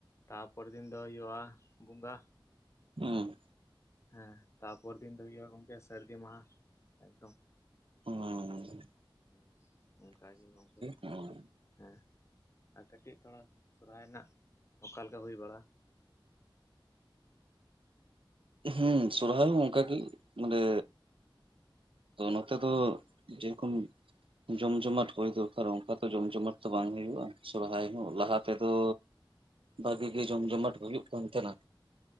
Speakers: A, on the left; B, on the right.
A: ᱛᱟᱯᱚᱨ ᱫᱤᱱ ᱫᱚ ᱦᱩᱭᱩᱜᱼᱟ ᱵᱚᱸᱜᱟ᱾
B: ᱦᱚᱸ᱾
A: ᱦᱮᱸ ᱛᱟᱯᱚᱨ ᱫᱤᱱ ᱫᱚ ᱦᱩᱭᱩᱜᱼᱟ ᱜᱚᱢᱠᱮ ᱥᱟᱹᱨᱫᱤ ᱢᱟᱦᱟ ᱮᱠᱫᱚᱢ᱾
B: ᱚᱸᱻ ᱾
A: ᱦᱮᱸ ᱚᱱᱠᱟ ᱜᱤ ᱜᱚᱢᱠᱮ᱾
B: ᱦᱮᱸ
A: ᱦᱮᱸ ᱟᱨ ᱠᱟᱹᱴᱤᱡ ᱛᱷᱚᱲᱟ ᱥᱚᱨᱚᱨᱟᱭ ᱨᱮᱱᱟᱜ ᱚᱠᱟ ᱞᱮᱠᱟ ᱦᱩᱭ ᱵᱟᱲᱟᱜᱼᱟ?
B: ᱦᱩᱸ ᱥᱚᱨᱦᱟᱭ ᱦᱚᱸ ᱚᱱᱠᱟ ᱜᱤ ᱚᱸᱰᱮ ᱛᱚ ᱱᱚᱛᱮ ᱫᱚ ᱡᱮᱨᱚᱠᱚᱢ ᱡᱚᱢ ᱡᱚᱢᱟᱴ ᱦᱩᱭ ᱫᱚᱨᱠᱟᱨ ᱚᱱᱠᱟ ᱛᱚ ᱡᱚᱢ ᱡᱚᱢᱟᱴ ᱛᱚ ᱵᱟᱝ ᱦᱩᱭᱩᱜᱼᱟ ᱥᱚᱨᱦᱟᱭ ᱦᱚᱸ ᱞᱟᱦᱟ ᱛᱮᱫᱚ ᱵᱷᱟᱹᱜᱤ ᱜᱤ ᱡᱚᱢ ᱡᱚᱢᱟᱴ ᱦᱩᱭᱩᱜ ᱠᱟᱱ ᱛᱟᱦᱮᱱᱟ᱾